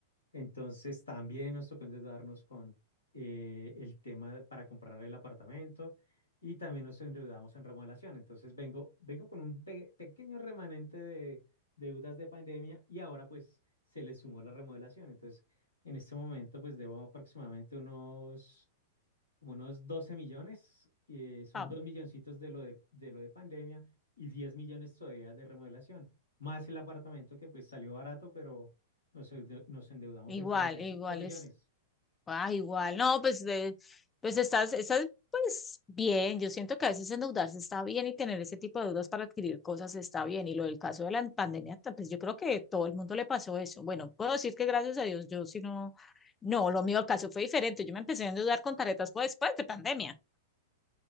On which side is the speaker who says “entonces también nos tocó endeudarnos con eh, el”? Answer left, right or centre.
Left